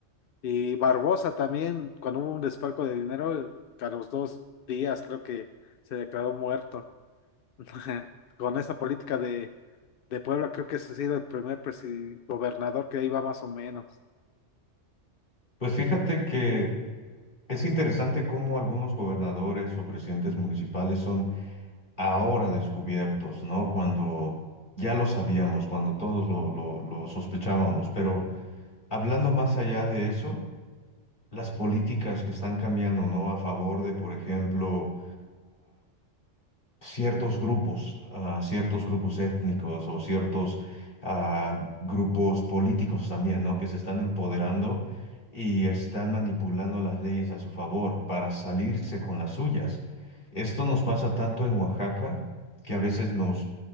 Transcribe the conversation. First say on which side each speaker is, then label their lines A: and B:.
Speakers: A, on the left (about 60°); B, on the left (about 40°).
A: Y Barbosa también, cuando hubo un desfalco de dinero, a los dos días creo que se declaró muerto. <laughs> Con esa política de, de Puebla, creo que ese ha sido el primer presi- gobernador que iba más o menos.
B: Pues fíjate que es interesante cómo algunos gobernadores o presidentes municipales son ahora descubiertos, ¿no? Cuando ya lo sabíamos, cuando todos lo, lo- lo sospechábamos. Pero hablando más allá de eso, las políticas que están cambiando, ¿no? A favor de, por ejemplo, ciertos grupos, ah, ciertos grupos étnicos o ciertos ah, grupos políticos también, ¿no? Que se están empoderando y están manipulando las leyes a su favor para salirse con las suyas. Esto nos pasa tanto en Oaxaca que a veces nos,